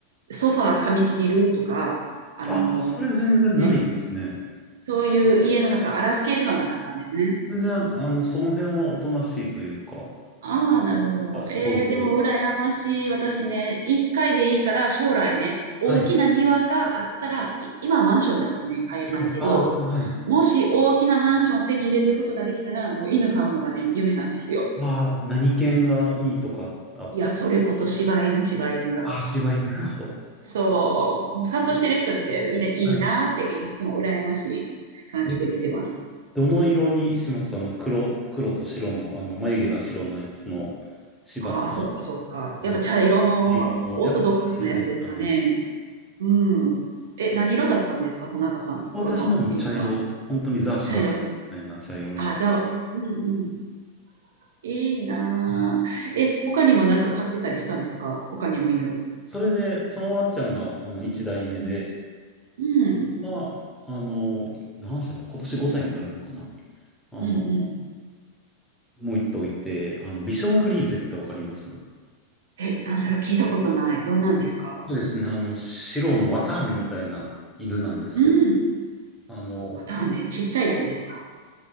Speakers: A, on the right; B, in the centre.
A: う、ソファー噛みちぎるとか、あの
B: あそれ全然ないですね。
A: ね、そういう家の中荒らす系ではなかったんですね。
B: 全然、あの、その辺はおとなしいというか、
A: ああ、なるほど。
B: あ、ストーブ。
A: えー、でも羨ましい。私ね、一回でいいから将来ね、大きな庭があったら、
B: はい。
A: い今はマンションだからね、買えないけど、
B: はい。ああ、はい。
A: もし大きなマンションを手に入れることができたら、もう犬飼うのがね、夢なんですよ。
B: ああ、何犬がいいとかあった。
A: いや、それこそ柴犬、柴犬。
B: ああ、柴犬の方。
A: そう、もう散歩してる人見ていいね、いいなっていつも羨ましい感じで見てます。
B: はい。え、どの色にしますあの、黒、黒と白の、あの、眉毛が白のやつの柴と、
A: ああ、そっかそっか。
B: あの、
A: やっぱ茶色のオーソドックスなやつですかね。
B: 茶色の、やっぱ茶色ですかね。
A: うん。え、何色だったんですか田中さんのところの犬は。
B: 私のも茶色、本当にザ柴犬みたいな茶色の。
A: 茶色の。あ、じゃあ、うんうん。いいなー。
B: はい
A: え、他にもなんか飼ってたりしたんですか他にも犬。
B: それで、そのワンちゃんが、あの、一代目で、
A: うん。うん。
B: まあ、あの、何歳だ今年5歳になるのかなあの、
A: うんうん。
B: もう一頭いて、あの、ビションフリーゼってわかりますそ
A: え、なんだろう、聞いたことない。どんなんですか
B: うですね。あの、白の綿あめみたいな犬なんですけど、
A: うん。
B: あの、
A: タメちっちゃいやつですか
B: 本当に